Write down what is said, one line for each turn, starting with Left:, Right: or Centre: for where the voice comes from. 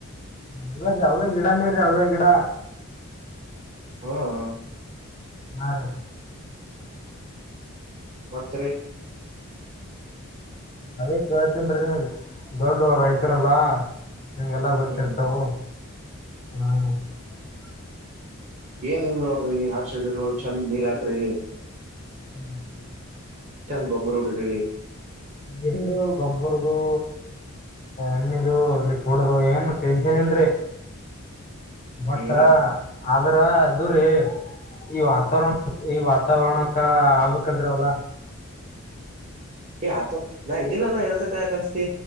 Left: ಹದ ರೀ ಅವೇ ಗಿಡನೇ ರೀ ಅವೇ ಗಿಡ
Right: ಹಾ ಹಾ
Left: ಆ ರೀ <unintelligible>
Right: ಮತ್ತರಿ
Left: ಅದೇ ಕೇಳ್ತನ್ರೀ ದೊಡ್ಡ ರೈತರಲ್ಲ <unintelligible> ನಿಗೆಲ್ಲ <unintelligible> ಗೊತ್ತಿರ್ತವು
Right: ಹ್ಮ್
Left: ಹ್ಮ್ <unintelligible>
Right: ಏನ್ ನೋಡ್ರಿ <unintelligible> ಚಂದ್ ನೀರ್ ಹಾಕ್ರಿ
Left: ಹ್ಮ್
Right: ಚಂದ ಗೊಬ್ಬರ ಹೊಡಿರಿ
Left: ಎಂದು ಗೊಬ್ಬರದು ಎಣ್ಣದು <unintelligible> ಇಲ್ಲಿ ಕೂಡದು ಏನ್ ಟೆನ್ಷನ್ ಏನ್ರಿ ಮೊಟ್ಟಾ
Right: ಹ್ಮ್
Left: ಆದ್ರ ಅದು ರೀ ಈ ವಾತಾವರಣ ಈ ವಾತಾವರಣ ಕ್ಕ ಆಗ್ಬೇಕಾಲರಿವೆಲ್ಲ <unintelligible>
Right: ಎ <unintelligible> ಆತ ನಾ ಇದ್ದೀನಲ್ಲಾ ಇರದಕ್ಕ <unintelligible> ಅನ್ಸ್ತಿ